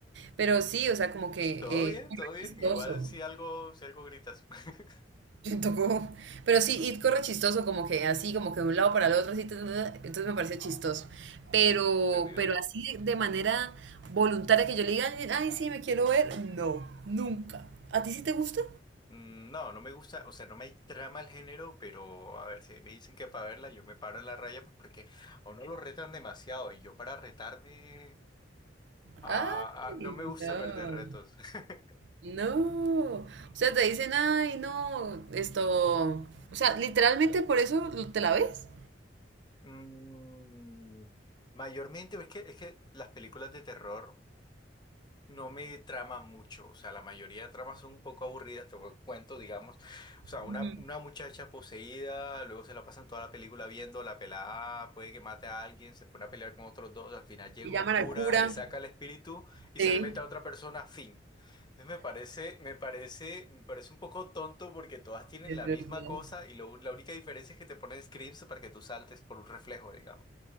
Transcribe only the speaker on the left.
¿Todo bien?
¿Todo bien?
Igual si algo, si algo gritas. <laughs>
¿Entendido?
Mm, No, no me gusta, o sea, no me trama el género, pero a ver, si me dicen que para verla yo me paro en la raya, pues porque a uno lo retan demasiado y yo para retarme, ah,
ah, no me gusta
perder retos. <laughs>
Mm, mayormente, es que, es que las películas de terror No me trama mucho, o sea, la mayoría de tramas son un poco aburridas, te cuento, digamos, o sea, una,
una muchacha poseída, luego se la pasan toda la película viendo, la pelada puede que mate a alguien, se pone a pelear con otros dos, al final llega
un cura,
le saca el espíritu y
se le mete a otra persona, fin. Entonces me parece, me parece, me parece un poco tonto porque todas tienen
la
misma cosa y lo- la única diferencia es que te ponen screams para que tú saltes por un reflejo, digamos.